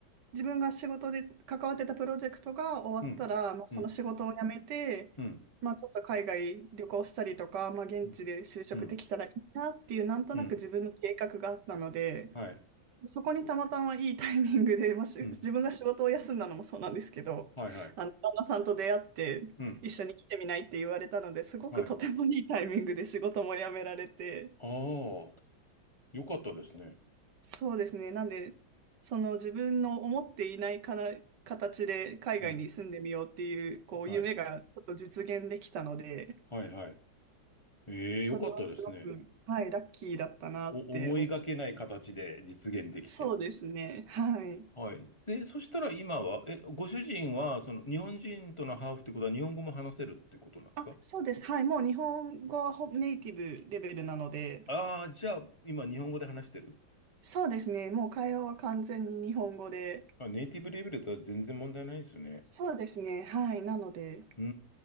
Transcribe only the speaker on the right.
自分が仕事で関わってたプロジェクトが終わったら、
まあ、その仕事を辞めて、
まあ、ちょっと海外旅行したりとか、まあ、現地で就職できたらいいなっていう、
なんとなく自分の計画があったので、
そこにたまたまいいタイミングで、<laughs> まあ、し自分が仕事を休んだのもそうなんですけど、
あの、旦那さんと出会って、
一緒に来てみないって言われたので、すごくとてもいいタイミングで仕事も辞められて、
そうですね。なんで、その自分の思っていないかな形で海外に住んでみようっていう、
こう、
夢がちょっと実現できたので、
それはすごく、
はい、ラッキーだったなって思う。
そうですね。はい。
あ、そうです。はい。もう日本語はほネイティブレベルなので、
そうですね。もう会話は完全に日本語で、
そうですね。はい。なので、ち